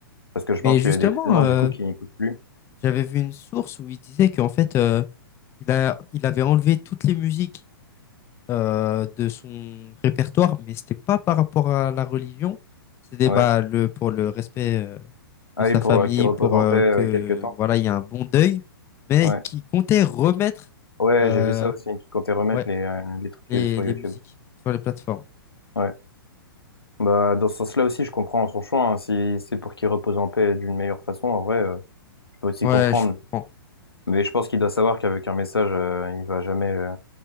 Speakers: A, on the left; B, on the left.
A: parce que je
B: Mais
A: pense
B: justement,
A: qu'il y a des musulmans
B: euh,
A: du coup qui n'écoutent plus.
B: j'avais vu une source où il disait qu'en fait, euh, il a, il avait enlevé toutes les musiques euh, de son répertoire, mais c'était pas par rapport à la religion, c'était
A: Ouais.
B: bah, le, pour le respect euh,
A: Ah
B: de sa
A: oui, pour
B: famille,
A: euh, qu'ils reposent
B: pour
A: en
B: euh,
A: paix euh,
B: que
A: quelques temps.
B: voilà, il y a un bon deuil, mais
A: Ouais,
B: qui comptait remettre
A: ouais,
B: euh,
A: j'ai vu ça aussi, qu'ils comptaient remettre
B: ouais,
A: les, euh, les trucs
B: les,
A: euh, sur
B: les
A: YouTube.
B: musiques sur les plateformes.
A: Ouais. Bah, dans ce sens-là aussi, je comprends son choix. hein. Si c'est pour qu'il repose en paix d'une meilleure façon, en vrai, euh, je peux aussi
B: Ouais,
A: comprendre.
B: je comprends.
A: Mais je pense qu'il doit savoir qu'avec un message, euh, il va jamais. euh,